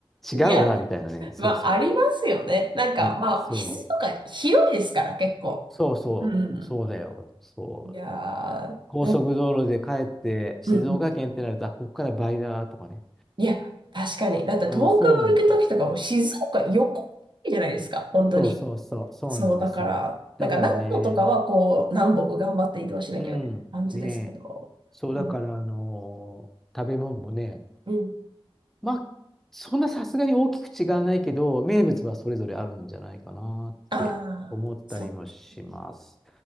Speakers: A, in the centre; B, on the right (about 55°).
A: 違うな、
B: いや
A: みたいなね。そうそう。
B: まあ、ありますよね。なんか、
A: ね、
B: まあ、
A: そう
B: 質とか広いですから、結構。
A: そうそう、
B: うん。
A: そうだよ。そう。
B: いやー、
A: 高速道路で帰って静岡県ってなると、
B: でもうんうん。
A: あ、ここから倍だとかね。
B: いや、確かに。だって東京行くときとかも静岡横じゃないですか、
A: う。うん、そうなんですよ。
B: 本当に。
A: そうそうそう、そうなんです。
B: そう、だから、
A: だからね、
B: なんか長野とかはこう、南北頑張って移動しなきゃみたいけない感じですけど。
A: うん、ね、そうだから、
B: うん。
A: あのー食べ物もね、
B: うん。
A: まあ、そんなさすがに大きく違わないけど、名物はそれぞれあるんじゃないかなって思ったりもします。
B: ああ、そうですね。